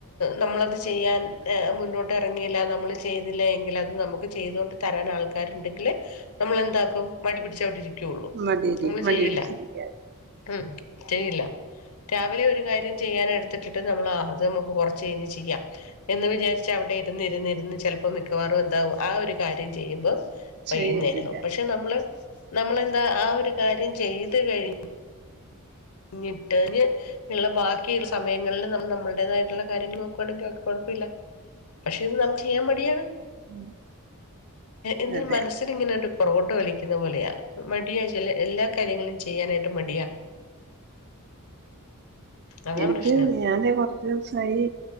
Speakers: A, on the left; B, on the right.
A: നമ്മളത് ചെയ്യാൻ മുന്നോട്ട് ഇറങ്ങിയില്ല നമ്മൾ ചെയ്തില്ല എങ്കിൽ അത് നമുക്ക് ചെയ്തോണ്ട് തരാൻ ആൾക്കാരുണ്ടെങ്കില് നമ്മളെന്താക്കും മടി പിടിച്ചവിടിരിക്കും ഇരിക്കോളൂ
B: മടിയടി
A: നമ്മള്
B: മടിപിടിച്ചിരിക്ക
A: ചെയ്യില്ല മ് ചെയ്യില്ല രാവിലെ ഒരു കാര്യം ചെയ്യാനെടുത്തിട്ടിട്ട് നമ്മൾ ആ അത് നമുക്ക് കുറച്ച് കഴിഞ്ഞ് ചെയ്യാം എന്ന് വിചാരിച്ച അവിടെ ഇരുന്ന് ഇരുന്ന് ഇരുന്ന് ചിലപ്പോൾ മിക്കവാറും എന്താവും ആ ഒരു കാര്യം ചെയ്യുമ്പം
B: ചെയ്യത്തില്ല
A: വൈകുന്നേരമാവും പക്ഷെ നമ്മള് നമ്മളെന്താ ആ ഒരു കാര്യം ചെയ്ത് കഴിഞ്ഞു ഞ്ഞിട്ട്ഴഞ്ഞ് ഉള്ള ബാക്കിയുള്ള സമയങ്ങളില് നമ്മൾ നമ്മളുടേതായിട്ടുള്ള കാര്യങ്ങൾ നോക്കുകയാണെങ്കിൽ നമ്മുക്ക് കുഴപ്പില്ല പക്ഷെ അത് നമുക്ക് ചെയ്യാൻ മടിയാണ്
B: ഉം.
A: എന്തിന്
B: അതെ
A: മനസ്സിൽ ഇങ്ങനൊരു പൊറകോട്ട് വലിക്കുന്ന പോലെയാ മടിയാ ചില എല്ലാ കാര്യങ്ങളും ചെയ്യാനായിട്ട് മടിയാ അതാ
B: എനിക്ക്
A: പ്രശ്നം
B: ഞാന് കൊറച്ച് ദിസായി